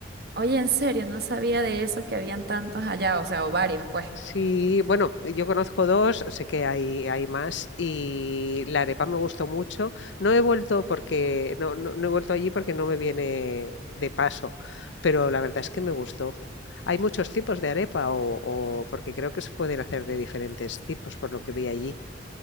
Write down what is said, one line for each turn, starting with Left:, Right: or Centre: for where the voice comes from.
Right: Oye, en serio, no sabía de eso que habían tantos allá, o sea, o varios, pues.
Left: Sí, bueno, yo conozco dos, sé que hay, hay más y la arepa me gustó mucho. No he vuelto porque no, no- no he vuelto allí porque no me viene de paso, pero la verdad es que me gustó. Hay muchos tipos de arepa o, o- porque creo que se pueden hacer de diferentes tipos por lo que vi allí.